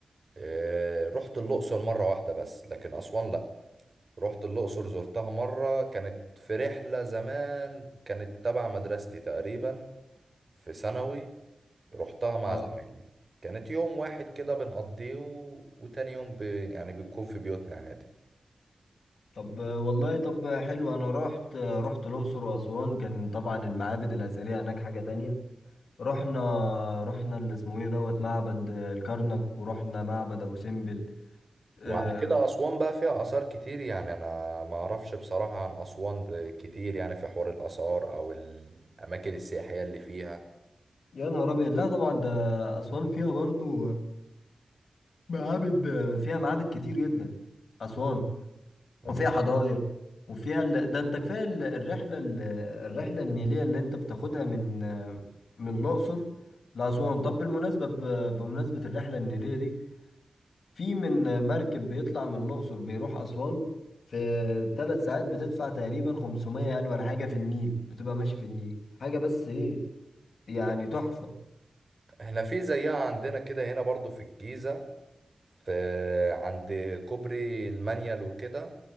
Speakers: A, on the right (about 40°); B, on the left (about 90°).
A: إيه رحت الأقصر مرة واحدة بس لكن أسوان لا رحت الأقصر زرتها مرة كانت في رحلة زمان كانت تبع مدرستي تقريبا في ثانوي رحتها مع
B: آه
A: زمايلي كانت يوم واحد كده بنقضيه و... وتاني يوم ب... يعني بنكون في بيوتنا عادي
B: طب والله طب حلو أنا رحت رحت الأقصر وأسوان كان طبعا المعابد الأثرية هناك حاجة تانية رحنا رحنا اللي اسمه إيه دوت معبد الكرنك ورحنا معبد أبو سمبل آه
A: وعلى كده أسوان بقى فيها آثار كتير يعني أنا ما أعرفش بصراحة عن أسوان ب- كتير يعني في حوار الآثار أو الأماكن السياحية اللي فيها
B: يا نهار أبيض لا طبعا ده أسوان فيها برضو معابد فيها معابد كتير جدا أسوان
A: مم.
B: وفيها حدائق وفيها ال... ده انت كفاية ال- الرحلة ال- الرحلة النيلية اللي انت بتاخدها من من الأقصر لأسوان طب بالمناسبة ب... بمناسبة الرحلة النيلية دي في من مركب بيطلع من الأقصر بيروح أسوان في ثلاث ساعات بتدفع تقريبا 500 يعني ولا حاجة في النيل بتبقى ماشي في النيل حاجة بس ايه يعني تحفة
A: احنا في زيها عندنا كده هنا برضو في الجيزة في عند كوبري المانيال وكده